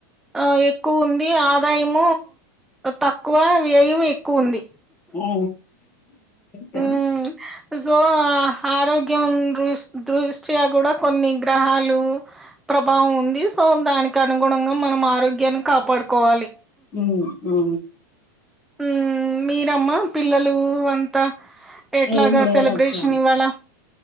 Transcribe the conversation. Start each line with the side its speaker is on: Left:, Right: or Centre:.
Centre: ఆ ఎక్కువ ఉంది ఆదాయం తక్కువ వ్యయం ఎక్కువ ఉంది
Left: ఆ కా
Centre: ఉమ్ సో ఆరోగ్యం దృష్ దృష్ట్యా కూడా కొన్ని గ్రహాలు ప్రభావం ఉంది సో దానికి అనుగుణంగా మనం ఆరోగ్యాన్ని కాపాడుకోవాలి
Left: హమ్ మ్మ
Centre: ఉ మీరమ్మ పిల్లలు అంతా ఎట్లాగా
Left: ఏం లేరక్క
Centre: సెలబ్రేషన్ ఇవాళ